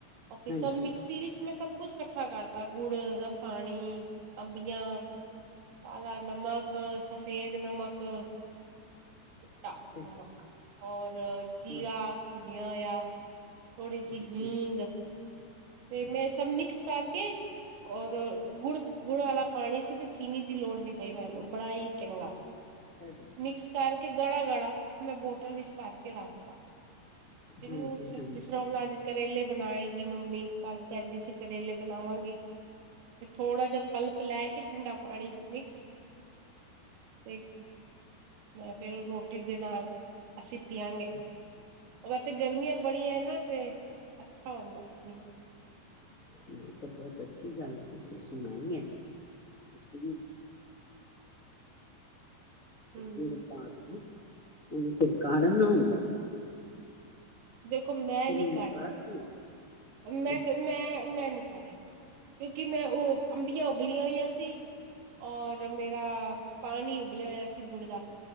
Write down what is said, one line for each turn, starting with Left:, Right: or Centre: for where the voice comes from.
Right: ਫਿਰ
Left: ਹਾਂਜੀ
Right: ਸਭ ਮਿਕ੍ਸੀ ਵਿੱਚ ਮੈਂ ਸਭ ਸ ਕੁਛ ਇਕੱਠਾ ਕਰਤਾ ਗੁੜ ਦਾ ਪਾਣੀ, ਅੰਬੀਆਂ, ਕਾਲਾ ਨਮਕ, ਸਫੇਦ ਨਮਕ। ਚਿੱਟਾ
Left: ਅੱਛਾ ਜੀ
Right: ਨਮਕ। ਹੋਰ ਅ ਜੀਰਾ
Left: ਅੱਛਾ
Right: <unintelligible> ਥੋੜੀ ਜੀ
Left: ਅੱਛਾ
Right: ਹੀਗ ਤੇ ਮੈਂ ਸਭ ਮਿਕਸ ਕਰਕੇ ਔਰ ਗੁੜ ਗੁੜ ਵਾਲਾ ਪਾਣੀ ਸੀ ਤੇ ਚੀਨੀ ਦੀ ਲੋੜ ਨਹੀਂ ਪਈ ਮੈਨੂੰ ਬੜਾ ਹੀ ਚੰਗਾ
Left: ਜੀ
Right: ਮਿਕਸ ਕਰਕੇ ਗਾੜਾ- ਗਾੜਾ <inaudible> ਮੈਂ ਬੋਤਲ ਵਿੱਚ ਭਰ ਕੇ ਰੱਖ ਤਾ। ਜਿਹਨੂੰ
Left: ਹਾਂਜੀ
Right: ਜਿਵੇਂ
Left: ਹਾਂਜੀ
Right: ਜਿਸ ਤਰ੍ਹਾਂ ਹੁਣ ਅੱਜ ਕਰੇਲੇ ਬਣਾਏਗੀ ਮੰਮੀ ਕੱਲ ਕਹਿੰਦੀ ਸੀ ਕਰੇਲੇ ਬਣਾਵਾਂਗੀ ਤੇ ਥੋੜ੍ਹਾ ਜਿਹਾ ਪਲਪ ਲੈ ਕੇ ਠੰਡਾ ਪਾਣੀ ਮਿਕਸ ਤੇ ਮੈਂ ਫੇਰ ਰੋਟੀ ਟੀੰਡੇ ਨਾਲ ਅਸੀਂ ਪਿਆਂਗੇ ਉਹ ਵੈਸੇ ਗਰਮੀਆਂ ਬੜੀਆਂ ਹੈ ਨਾ ਤੇ ਅੱਛਾ ਹੁੰਦਾ ਪੀਣਾ।
Left: ਨਹੀਂ ਤਾਂ ਬਹੁਤ ਅੱਛੀ ਗੱਲ ਤੁਸੀਂ ਸੁਣਾਈ ਏ। <unintelligible> <inaudible>
Right: ਹਮ
Left: ਗੁੜ ਪਾ <inaudible> ਉਹਨੂੰ ਫਿਰ ਕਾੜਨਾ ਹੁੰਦਾ।
Right: ਦੇਖੋ ਮੈਂ
Left: ਨੂੰ
Right: ਨੀ ਕਾੜਿਆ।
Left: ਕਰਦੇ ਆ
Right: ਮੈਂ
Left: ਅੱਛਾ
Right: ਸ ਮੈਂ -ਮੈਂ ਨਹੀ। ਕਿਉਂਕਿ ਮੈਂ ਉਹ ਅੰਬੀਆਂ ਉਬਲੀਆਂ ਹੋਈਆਂ ਸੀ ਔਰ ਮੇਰਾ ਪਾਣੀ ਉਬਲਿਆ ਹੋਇਆ ਸੀ ਗੁੜ ਦਾ